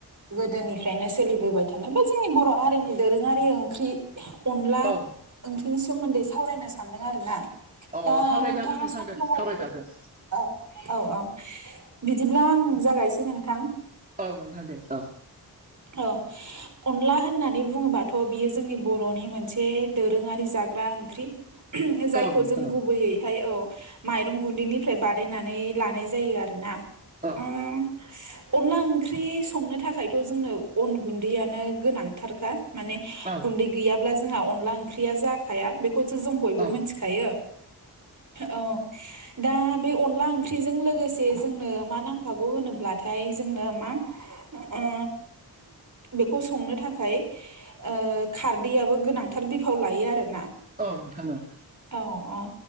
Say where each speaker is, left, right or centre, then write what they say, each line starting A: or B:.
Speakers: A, on the right; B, on the right.
A: गोदोनिफ्रायनो सोलिबोबाय थानो बा जोंनि बर' हारिनि दोरोङारि ओंख्रि। अनला
B: औ
A: ओंख्रिनि सोमोन्दै सावरायनो सान्दों आर ना?
B: अ
A: दा
B: सावरायजागोन
A: नोंथाङा
B: नोंथां
A: सम
B: दे
A: दं
B: सावरायजागोन
A: आरोखि। औ औ औ बिदिब्ला आं जागायसै नोंथां।
B: औ नोंथां दे औ
A: औ अनला होननानै बुङोबाथ' बियो जोंनि बर'नि मोनसे दोरोङारि जाग्रा ओंख्रि। जायखौ
B: औ नोंथां
A: जोङो दैयैहाय औ माइरं गुन्दैनिफ्राय बानायनानै लानाय जायो आरोना।
B: औ
A: <inaudible> अनला ओंख्रि संनो थाखायथ' जोंनो अन गुनदैयानो गोनांथारखा माने
B: औ
A: गुनदै गैयाब्ला जोंहा अनला ओंख्रिया जाखाया बेखौसो जों बयबो
B: औ
A: मिथिखायो औ दा बे अनला ओंख्रिजों लोगोसे जोंनो मा नांफागौ होनोब्लाथाय जोंनो मा ओ बेखौ संनो थाखाय ओ खारदैयाबबो गोनांथार बिफाव लायो आरोना
B: औ नोंथां ओं
A: औ औ